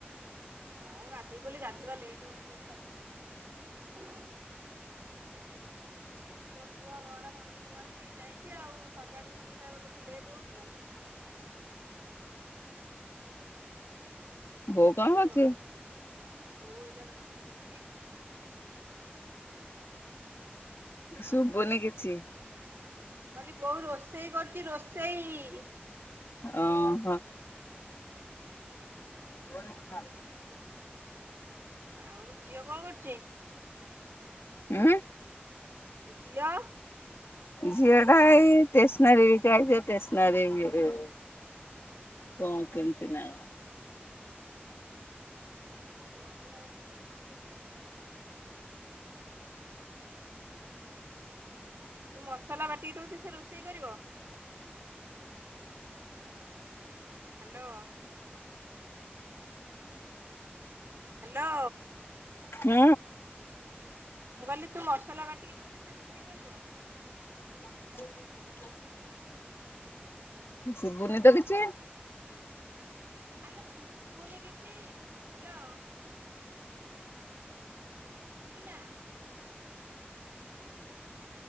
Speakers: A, on the right; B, on the left.
A: ହଁ ଗାଧେଇ ପଇଲି ଗାଧୋଇବା ଲେଟ ହଉଛି ବୋଲି ତୋ ପୁଅ ଘର ଭାଙ୍ଗି ଭୁଙ୍ଗିକି ଯାଇଛି ଆଉ, ସଜାଡିଲା ବେଳକୁ ଲେଟ ହଉଛି।
B: ଭୋ କାଛି
A: ହ୍ୟାଲୋ
B: <unintelligible>
A: ବୋଉ ଏଇଟା ରୋଷେଇ କରୁଛି।
B: ଶୁଭୁନି କିଛି?
A: କହଲି ବୋଉ ରୋଷେଇ କରୁଛି ରୋଷେଇ।
B: ଓହୋ ହଣ <unintelligible>
A: ଆଉ ଝିଅ କଣ କରୁଛି?
B: ହଁ?
A: ଝିଅ?
B: ଝିଅଟା ଷ୍ଟେସନାରି ବିକାଆଇଛି ଷ୍ଟେସନାରି <unintelligible> କଣ କେମତି ନା?
A: ଓହୋ ତୁ ମସଲା କାଟିକି ଦଉଛୁ ତ ରୋଷେଇ କରଛି ନା କଣ <unintelligible> ତୁ ମସଲା ବାଟିକି ଦଉଛୁ ସେ ରୋଷେଇ କରିବ? ହାଲୋ! ହାଲୋ!
B: ହୁଁ?
A: ମୁଁ କହିଲି ତୁ ମସଲା କାଟିକି ଦଉଛୁ ସେ ରୋଷେଇ କରିବ?
B: ହ <unintelligible> ଶୁଭୁନି ତ କିଛି?
A: ଆଲୋ ଶୁଭୁନି କିଛି, hello ଉପିଲା <unintelligible>